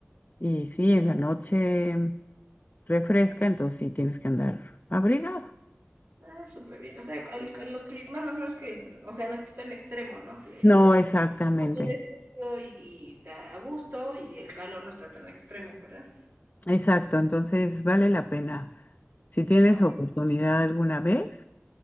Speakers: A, on the left; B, on the right.
A: Y sí, en la noche refresca, entonces sí tienes que andar abrigado.
B: ah, súper bien. O sea, el- el- los climas más o menos que, o sea, no está tan extremo, ¿no? Que
A: No, exactamente.
B: un poco de frío y está a gusto y el calor no está tan extremo, ¿verdad?
A: Exacto, entonces vale la pena. Si tienes
B: Ah,
A: oportunidad alguna vez.